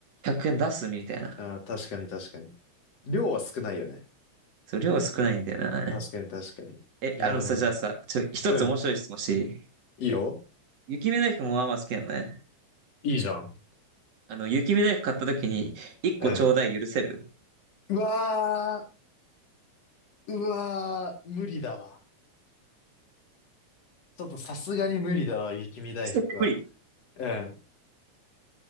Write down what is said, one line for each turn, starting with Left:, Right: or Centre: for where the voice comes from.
Right: 円出すみたいな。
Left: あー、確かに確かに。量は少ないよね。
Right: そう、量少ないんだよな。
Left: 確かに確かに。
Right: え、
Left: いや、
Right: あのさ、
Left: でもね。
Right: じゃあさ、ちょ、一つ面白い質問していい
Left: うん。いいよ。
Right: 雪見大福もまあまあ好きなのね。
Left: いいじゃん。
Right: あの、雪見大福買った時に、一個ちょうだい許せる
Left: うん。うわー、うわー、無理だわ。ちょっとさすがに無理だわ、雪見大福は。
Right: 絶対無理。
Left: うん。